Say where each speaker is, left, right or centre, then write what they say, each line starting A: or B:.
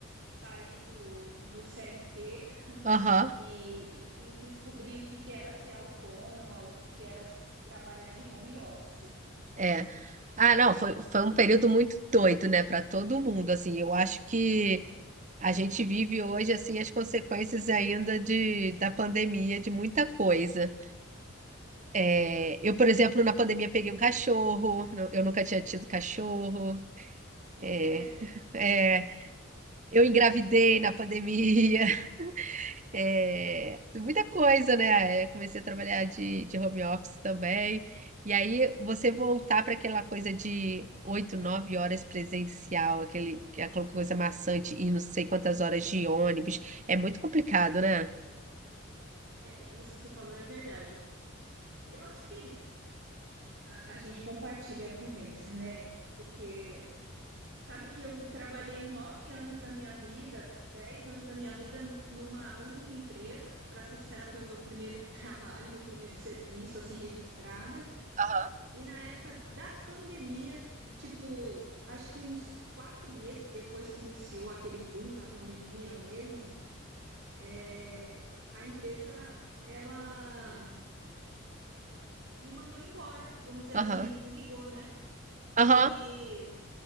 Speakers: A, on the right; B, on the right.
A: sair do, do CLT
B: aham,
A: e, e, e descobrir o que que era ser autônoma, o que que era s- trabalhar em home office.
B: é. Ah, não, foi, foi um período muito doido, né, para todo mundo, assim. Eu acho que A gente vive hoje assim as consequências ainda de, da pandemia, de muita coisa. É, eu, por exemplo, na pandemia peguei um cachorro, nu- eu nunca tinha tido cachorro. É,
A: Sério?
B: <laughs> é, eu engravidei na pandemia, <laughs> é, muita coisa, né? É, comecei a trabalhar de, de home office também. E aí você voltar para aquela coisa de oito, nove horas presencial, aquele, aquela coisa maçante e não sei quantas horas de ônibus, é muito complicado, né?
A: É, isso que você falou é verdade. Eu acho que a, a gente compartilha a vivência, né? Porque sabe que eu trabalhei nove anos da minha vida, dez anos da minha vida numa única empresa. Para ser sincera, foi meu primeiro <laughs> trabalho, meu primeiro serviço, assim, registrada.
B: Aham,
A: E na época da pandemia, tipo, acho que uns quatro meses depois que iniciou aquele boom da pandemia mesmo, é, a empresa ela me mandou embora, vamos dizer assim,
B: aham,
A: me desligou, né? E
B: aham,